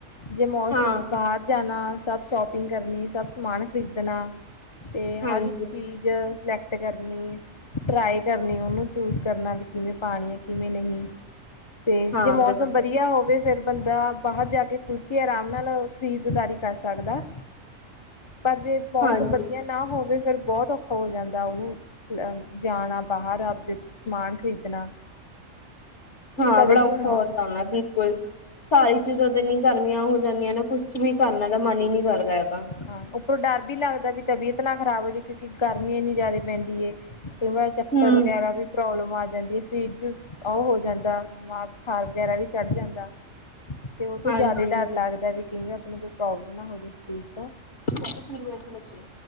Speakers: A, on the left (about 30°); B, on the left (about 55°).
A: ਜੇ ਮੋਸਮ
B: ਹਾਂ
A: ਬਾਹਰ ਜਾਣਾ। ਸਭ ਸ਼ੋਪਿੰਗ ਕਰਨੀ, ਸਭ ਸਮਾਨ ਖ਼ਰੀਦਣਾ। ਤੇ, ਹਰ
B: ਹਾਂਜੀ
A: ਇੱਕ ਚੀਜ਼ ਸਿਲੈਕਟ ਕਰਨੀ। ਟਰਾਈ ਕਰਨੀ। ਉਹਨੂੰ ਚੂਸ ਕਰਨਾ ਵੀ ਕਿਵੇਂ ਪਾਉਣੀ ਹੈ। ਕਿਵੇਂ ਨਹੀਂ ਤੇ,
B: ਹਾਂ
A: ਜੇ ਮੌਸਮ
B: ਬਿਲਕੁਲ
A: ਵਧੀਆ ਹੋਵੇ। ਫਿਰ ਬੰਦਾ ਬਾਹਰ ਜਾ ਕੇ ਖੁੱਲ ਕੇ ਆਰਾਮ ਨਾਲ ਖਰੀਦਦਾਰੀ ਕਰ ਸਕਦਾ। ਪਰ ਜੇ ਮੌਸਮ
B: ਹਾਂਜੀ
A: ਵਧੀਆ ਨਾ ਹੋਵੇ। ਫਿਰ ਬਹੁਤ ਔਖਾ ਹੋ ਜਾਂਦਾ। ਉਹਨੂੰ ਜਾਣਾ ਬਾਹਰ ਆਪਦੇ ਸਮਾਨ ਖਰੀਦਣਾ।
B: ਹਾਂ,
A: ਜੇ ਕਦੇ
B: ਬੜਾ
A: ਵੀ
B: ਔਖਾ
A: ਹਾਂ
B: ਹੋ ਜਾਂਦਾ, ਬਿਲੁਕੁਲ। ਬਿਲਕੁਲ, ਸਾਰੀ ਚੀਜ਼ਾਂ ਤੇਨੀ ਗਰਮੀਆਂ ਹੋ ਜਾਂਦੀਆਂ ਨਾ ਕੁਛ ਵੀ ਕਰਨਾ ਦਾ ਮਨ ਹੀ ਨਹੀਂ ਕਰਦਾ ਹੈਗਾ।
A: ਹਾਂ, ਉੱਪਰੋਂ ਡਰ ਵੀ ਲੱਗਦਾ ਵੀ ਤਬੀਅਤ ਨਾ ਖ਼ਰਾਬ ਹੋ ਜਾਵੇ। ਕਿਉਂਕਿ ਗਰਮੀ ਇੰਨੀ ਜ਼ਿਆਦਾ ਪੈਂਦੀ ਹੈ। ਕਈ ਵਾਰ ਚੱਕਰ
B: ਹਮ
A: ਵਗੈਰਾ ਵੀ ਪ੍ਰੋਬਲਮ ਆ ਜਾਂਦੀ ਹੈ। ਸੀਰੀਟ ਵੀ ਉਹ ਹੋ ਜਾਂਦਾ ਬੁਖਾਰ ਵਗੈਰਾ ਵੀ ਚੜ ਜਾਂਦਾ। ਤੇ ਉਹ ਤੋਂ
B: ਹਾਂਜੀ
A: ਜਿਆਦਾ ਡਰ ਲੱਗਦਾ ਵੀ ਕਈ ਵਾਰ ਆਪ ਨੂੰ ਕੋਈ ਪ੍ਰੋਬਲਮ ਨਾ ਹੋ ਜਾਵੇ। ਇਸ ਚੀਜ਼ ਤੋਂ
B: ਸਾਢੇ ਤਿੰਨ ਵਜੇ ਦੀ ਬਚੇ